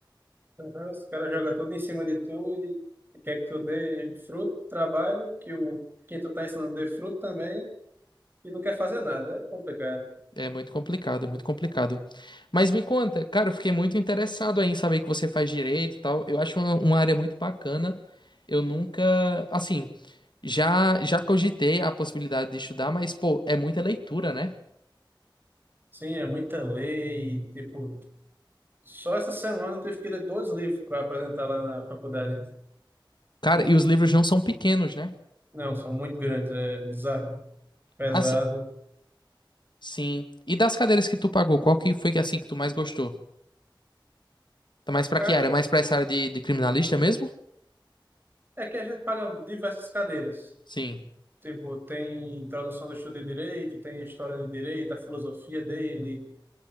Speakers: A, on the right; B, on the left.
A: Aham, Os caras jogam tudo em cima de tu e quer que tu dê fruto, trabalho, que o quem tu tá ensinando dê fruto também e não quer fazer nada. É complicado.
B: É muito complicado, muito complicado. Mas me conta, cara, eu fiquei muito interessado aí em saber que você faz direito e tal. Eu acho uma, uma área muito bacana. Eu nunca, assim, já já cogitei a possibilidade de estudar, mas pô, é muita leitura, né?
A: Sim, é muita lei. Tipo, só essa semana eu tive que ler dois livros para apresentar lá na faculdade.
B: Cara, e os livros não são pequenos, né?
A: Não, são muito grandes, é bizarro, pesado.
B: Assim, sim. E das cadeiras que tu pagou, qual que foi que assim que tu mais gostou? Tá mais pra
A: Cara,
B: que área? Mais pra essa área de, de criminalista mesmo?
A: é que a gente paga diversas cadeiras.
B: Sim.
A: Tipo, tem introdução do estudo de direito, tem a história de direito, a filosofia dele.